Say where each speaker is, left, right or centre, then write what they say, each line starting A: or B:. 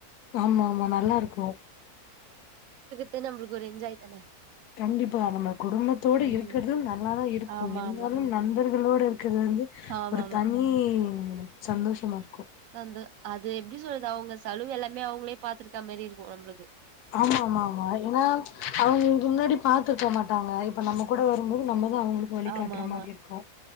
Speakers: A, on the left (about 90°); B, on the right (about 70°).
A: ஆமா ஆமா நல்லாருக்கு
B: து நம்ளுக்கு ஒரு என்ஜாய்தான
A: கண்டிப்பா நம்ம குடும்பத்தோட
B: ம்
A: இருக்கறது நல்லாதா இருக்கு
B: ஆமா
A: இருந்தாலு
B: ஆமா
A: நண்பர்களோட இருக்கிறது வந்து
B: ஆமா
A: ஒரு தனி சந்தோஷமா இருக்
B: அந்து அது எப்டி சொல்லுது அவுங்க செலவு எல்லாமே அவுங்களே பாத்துருக்கா மேரிருக்கு நம்ளுக்கு
A: ஆமாமாமா ஏனா அவுங்க இதுக்கு முன்னாடி பாத்துருக்க மாட்டாங்க இப்ப நம்ம கூட வரும்போது நம்மதா அவுங்களுக்கு வழிகாட்ற
B: ஆமா ஆமா
A: மாரி இருக்கு